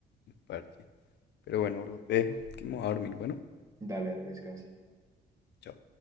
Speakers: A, on the left; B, on the right.
A: un parche. Pero bueno, bro, te dejo, que me voy a dormir, bueno.
B: Dale, dale, descansa.
A: Chao.